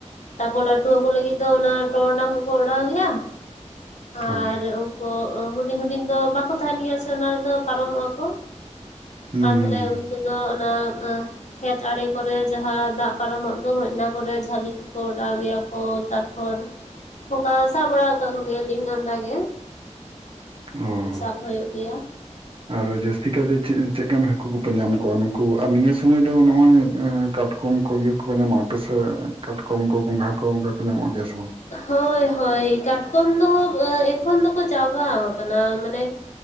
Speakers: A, on the left; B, on the right.
A: ᱛᱟᱯᱚᱨ ᱞᱟᱹᱴᱷᱩ ᱦᱟᱹᱠᱩ ᱞᱟᱹᱜᱤᱫ ᱫᱚ ᱚᱱᱟ ᱴᱚᱨᱰᱟᱝ ᱠᱚ ᱠᱚ ᱚᱰᱟᱣ ᱜᱮᱭᱟ,
B: ᱦᱳᱭ
A: ᱟᱨ ᱠᱚ ᱦᱩᱰᱤᱧ ᱦᱩᱰᱤᱧ ᱫᱚ ᱵᱟᱠᱚ ᱛᱟᱦᱮᱱ ᱜᱮᱭᱟ ᱥᱮ ᱚᱱᱟ ᱨᱮᱫᱚ ᱯᱟᱨᱚᱢᱚᱜᱼᱟ ᱠᱚ᱾
B: ᱦᱩᱸ
A: ᱟᱨ ᱛᱟᱞᱦᱮ
B: ᱦᱩᱸ
A: ᱩᱱᱠᱩ ᱫᱚ ᱚᱱᱟ ᱟᱸ ᱠᱷᱮᱛ ᱟᱲᱮ ᱠᱚᱨᱮ ᱡᱟᱦᱟᱸ ᱫᱟᱜ ᱯᱟᱨᱚᱢᱚᱜ ᱫᱚ ᱦᱩᱭ ᱚᱱᱟ ᱠᱚᱨᱮ ᱡᱷᱟᱞᱤ ᱠᱚᱠᱚ ᱚᱰᱟᱣ ᱜᱮᱭᱟ ᱠᱚ ᱛᱟᱨ ᱯᱚᱨ ᱚᱱᱠᱟ ᱥᱟᱵ ᱵᱟᱲᱟᱣ ᱠᱟᱜ ᱠᱚ ᱜᱮᱭᱟᱞᱤᱧ ᱟᱢᱫᱟ ᱜᱮ᱾
B: ᱚ
A: ᱟᱨ ᱥᱟᱵ ᱦᱳᱭᱳᱜ ᱜᱮᱭᱟ᱾
B: <inaudible> ᱟᱨ ᱡᱟᱹᱥᱛᱤ ᱠᱟᱭ ᱛᱮ ᱪᱮᱜ ᱪᱮᱫᱠᱟᱱ ᱦᱟᱹᱠᱩ ᱠᱚᱯᱮ ᱧᱟᱢ ᱠᱚᱣᱟ ᱱᱩᱠᱩ ᱟᱨ ᱱᱤᱭᱟᱹ ᱥᱩᱢᱚᱭ ᱫᱚ ᱱᱚᱸᱜᱼᱚᱭ ᱮᱸ ᱠᱟᱴᱠᱚᱢ ᱠᱚ ᱤᱭᱟᱹ ᱠᱚ ᱧᱟᱢᱚᱜᱼᱟ ᱟᱯᱮ ᱥᱮ ᱠᱟᱴᱠᱚᱢ ᱠᱚ ᱜᱚᱸᱜᱷᱟ ᱠᱚ ᱚᱱᱠᱟ ᱠᱚ ᱧᱟᱢᱚᱜ ᱜᱮᱭᱟ ᱥᱮ ᱵᱟᱝ?
A: ᱦᱳᱭ ᱦᱳᱭ ᱠᱟᱴᱠᱚᱢ ᱫᱚ ᱮ ᱮᱠᱷᱚᱱ ᱫᱚᱠᱚ ᱪᱟᱵᱟᱣ ᱠᱟᱱᱟ ᱢᱟᱱᱮ